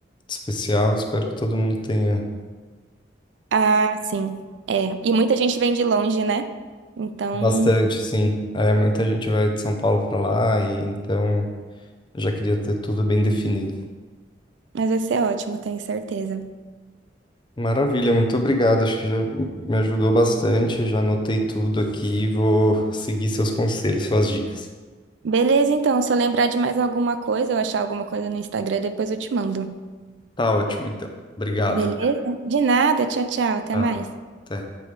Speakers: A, on the left; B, on the right.
A: especial. Espero que todo mundo tenha.
B: Ah, sim. É. E muita gente vem de longe, né? Então,
A: Bastante, sim. É, muita gente vai de São Paulo para lá e então eu já queria ter tudo bem definido.
B: mas vai ser ótimo, tenho certeza.
A: Maravilha, muito obrigado. Acho que já me ajudou bastante. Já anotei tudo aqui. Vou seguir seus conselhos, suas dicas.
B: Beleza, então. Se eu lembrar de mais alguma coisa, eu achar alguma coisa no Instagram, depois eu te mando.
A: Tá ótimo, então. Obrigado.
B: Beleza? De nada. Tchau, tchau. Até
A: Tchau.
B: mais.
A: Até.